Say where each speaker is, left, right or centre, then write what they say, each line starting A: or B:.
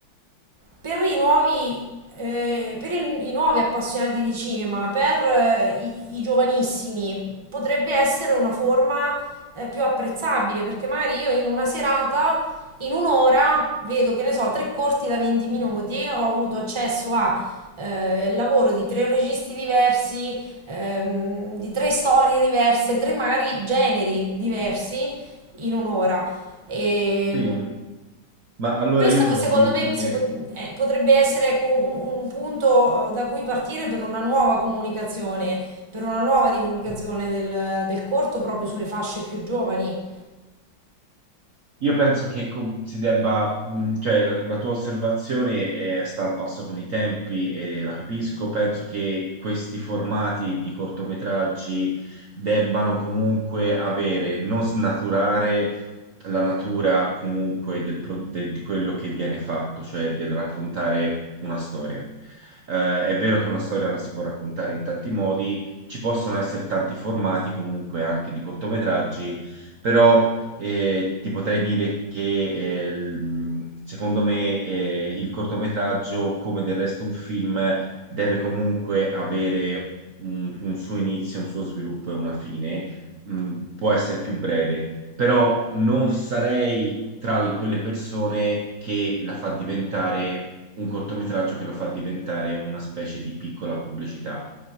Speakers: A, on the right; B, on the right.
A: per i nuovi, eh, per il- i nuovi appassionati di cinema, per eh, i, i giovanissimi, potrebbe essere una forma eh, più apprezzabile, perché magari io in una serata, in un'ora, vedo che ne so, tre corti da 20 minuti, ho avuto accesso a eh, il lavoro di tre registi diversi, ehm, di tre storie diverse, tre magari generi diversi in un'ora. E,
B: Sì, ma allora
A: questo
B: io posso
A: secondo
B: dirti
A: me
B: che
A: si pot- eh, potrebbe essere ecco, un, un punto eh, da cui partire per una nuova comunicazione, per una nuova divulgazione del, del corto proprio sulle fasce più giovani,
B: Io penso che com- si debba, mh, cioè la, la tua osservazione è, sta al passo con i tempi e la capisco, penso che questi formati di cortometraggi debbano comunque avere, non snaturare la natura comunque del pro- de- di quello che viene fatto, cioè del raccontare una storia. Eh, è vero che una storia la si può raccontare in tanti modi, ci possono essere tanti formati comunque anche di cortometraggi, però eh, ti potrei dire che eh, il- secondo me eh, il cortometraggio, come del resto un film, deve comunque avere un, un suo inizio, un suo sviluppo e una fine. Mm, può essere più breve, però non sarei tra le- quelle persone che la fa diventare un cortometraggio che lo fa diventare una specie di piccola pubblicità